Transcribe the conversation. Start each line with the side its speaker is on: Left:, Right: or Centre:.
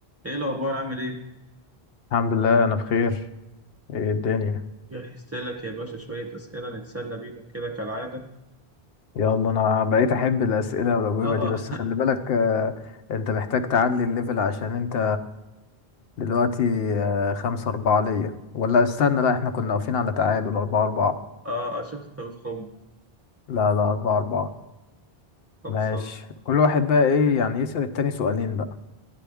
Right: ايه الاخبار عامل ايه
Left: الحمد لله انا بخير ايه الدنيا
Right: جهزت لك يا باشا شويه اسئله نتسلى بيهم كده كالعاده
Left: يلا انا بقيت احب الاسئله والاجوبه
Right: اه
Left: دي بس
Right: <laughs>
Left: خلي بالك آه، انت محتاج تعلي الليفل عشان انت دلوقتي آه، خمسة أربعة ليا ولا استنى لا احنا كنا واقفين على تعادل أربعة أربعة
Right: اه اشوف انت بتخم
Left: لا لا أربعة أربعة
Right: خلصان
Left: ماشي كل واحد بقى ايه يعني يسأل التاني سؤالين بقى